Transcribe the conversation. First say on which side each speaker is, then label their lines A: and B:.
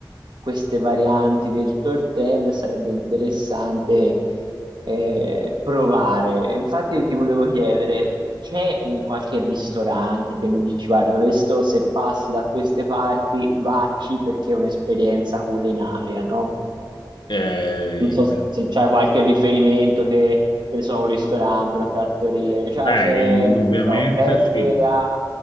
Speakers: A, on the right (about 70°); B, on the left (about 75°).
A: queste varianti del tortello, sarebbe interessante eh, provare. E Infatti ti volevo chiedere, c'è un qualche ristorante che mi dici, guarda, questo se passi da queste parti, vacci perché è un'esperienza culinaria, no?
B: Eh,
A: Non so
B: i-
A: se c'è qualche riferimento, te, che ne so, un ristorante, una trattoria, cioè,
B: beh,
A: c'è,
B: indubbiamente
A: che ne so, Beppe
B: sì.
A: da...